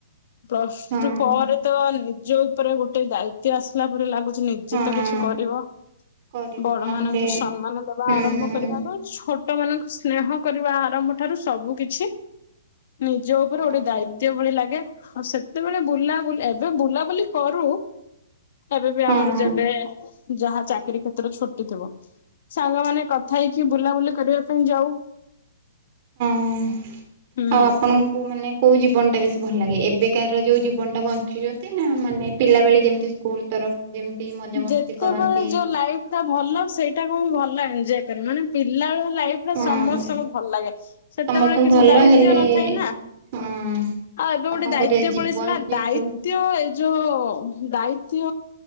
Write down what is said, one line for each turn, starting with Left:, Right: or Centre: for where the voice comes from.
Left: ପ୍ଲସ୍
Right: ହଁ
Left: ଟୁ ପରେ ତ ନିଜ ଉପରେ ଗୋଟେ ଦାୟିତଵ ଆସିଲା ପରେ ଲାଗୁଛି। ଜିତ
Right: ହଁ
Left: କିଛି କରିବ
Right: କରିବୁ
Left: ବଡ
Right: ନହେଲେ
Left: ମାନଙ୍କୁ ସମ୍ମାନ ଦବା
Right: ହୁଁ
Left: ଆରମ୍ଭ କରିବା ପାଇଁ ଛୋଟ ଛଟ ମାନଙ୍କୁ ସ୍ନେହ କରିବା ଆରମ୍ଭ ଠାରୁ ସବୁ କିଛି। ନିଜ ଉପରେ
Right: ହଁ
Left: ଗୋଟେ ଦାୟିତ୍ୱ ଭଳି ଲାଗେ ଆଉ ସେତେବେଳେ ବୁଲାବୁ ଏବେ ବୁଲାବୁଲି କରୁ। ଏବେ ବି
Right: ହଁ
Left: ଆମର ଯେବେ ଯାହା ଚାକିରୀ କ୍ଷେତ୍ରରେ ଛୁଟି ଥିବ। ସାଙ୍ଗ ମାନେ କଥା ହେଇକି ବୁଲାବୁଲି କରିବା ପାଇଁ ଯାଉ।
Right: ହଁ
Left: ହୁଁ
Right: ଆଉ ଆପଣଙ୍କୁ ମାନେ କୋଉ ଜୀବନ ଟା ବେଶୀ ଭଲ ଲାଗେ ଏବେକାର ଯୋଉ ଜୀବନ ଟା ବ ଶଖିଛନ୍ତି ନା ମାନେ ପିଲା ବେଳେ ଯେମତି ସ୍କୁଲ ତରଫ ଯେମିତି ମଜାମସ୍ତି
Left: ଯେତେବେଳେ
Right: କରନ୍ତି।
Left: ଯୋଉ ଲାଇଫ ଭଲ ସେଇଟାକୁ ମୁଁ ଭଲ ଏଞଜୟ କରି ମାନେ ପିଲାବେ ଲାଇଫ
Right: ହଁ
Left: ସୋ ସମସ୍ତଙ୍କୁ ଭଲ ଲାଗେ ସେତେବେଳେ
Right: ସମସ୍ତଙ୍କୁ
Left: କିଛି
Right: ଭଲ
Left: ଦାୟିତଵ
Right: ହେଲେ
Left: ନଥାଏ ନା।
Right: ହଁ।
Left: ହଁ ଏବେ ଗୋଟେ
Right: ଆଉ କଣ
Left: ଦାୟିତ୍ୱ
Right: କରିବା
Left: ପଳେଇଥିଲା
Right: ଜୀବନ
Left: ଦ
Right: ଯେହେତୁ
Left: ଦ ଏ ଯୋଉ ଦାୟିତ୍ୟ